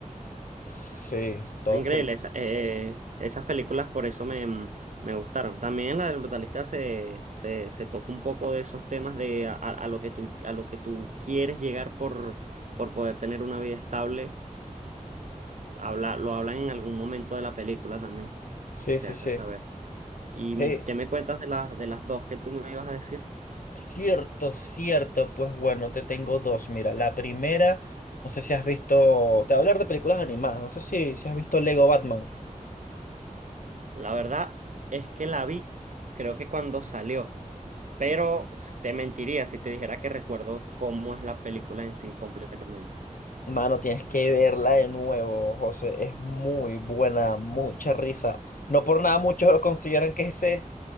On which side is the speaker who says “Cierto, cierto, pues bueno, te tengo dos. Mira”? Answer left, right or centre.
Left